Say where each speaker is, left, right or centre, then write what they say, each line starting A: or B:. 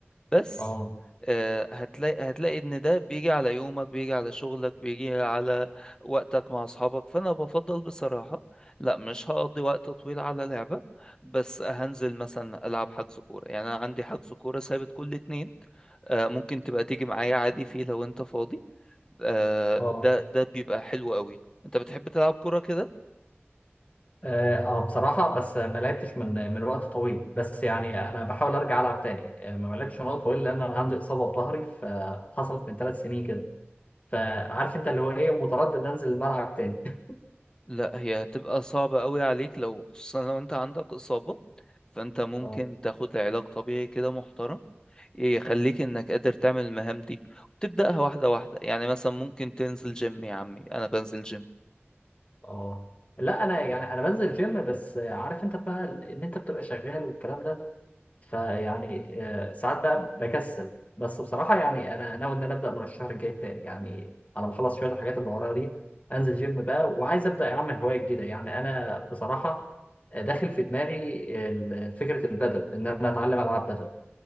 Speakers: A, on the left (about 20°); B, on the left (about 35°).
A: بس
B: اه
A: آه، هتلاقي هتلاقي ان ده بيجي على يومك بيجي على شغلك بيجي على وقتك مع اصحابك فانا بفضل بصراحة لا مش هقضي وقت طويل على لعبة بس هنزل مثلا العب حجز كورة يعني انا عندي حجز كورة ثابت كل اتنين آه، ممكن تبقى تيجي معايا عادي فيه لو انت فاضي آه،
B: اه
A: ده ده بيبقى حلو قوي انت بتحب تلعب كورة كده
B: اه آه، بصراحة بس ما لعبتش من من وقت طويل بس يعني انا بحاول ارجع العب تاني آه، ما لعبتش من وقت طويل لان انا عندي اصابة في ظهري فحصلت من ثلاث سنين كده فعارف انت اللي هو ايه متردد انزل الملعب تاني <laughs>
A: لا هي هتبقى صعبة قوي عليك لو خصوصا لو انت عندك اصابة فانت ممكن
B: اه
A: تاخد علاج طبيعي كده محترم إيه، يخليك انك قادر تعمل المهام دي وتبدأها واحدة واحدة يعني مثلا ممكن تنزل جيم يا عمي انا بنزل جيم
B: اه لا انا يعني انا بنزل جيم بس آه، عارف انت بقى ان انت بتبقى شغال والكلام ده فيعني آه، ساعات بقى بكسل بس بصراحة يعني أنا ناوي إن أنا أبدأ من الشهر الجاي تاني يعني أنا بخلص شوية الحاجات اللي ورايا دي أنزل جيم بقى وعايز أبدأ يا عم هواية جديدة يعني أنا بصراحة آه، داخل في دماغي ال- فكرة البدل إن أنا أتعلم ألعب بدل